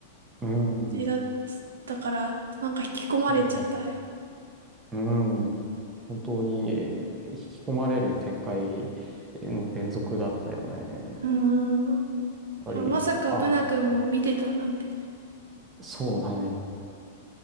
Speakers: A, on the right; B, on the right.
A: うん、
B: 感じだったから、なんか引き込まれちゃったよ。
A: そうだね。うん、本当に引き込まれる展開の連続だったよね。やっ
B: うーん。い
A: ぱり、
B: やまさかブナ君も見てたなんて。
A: あ、そうだね。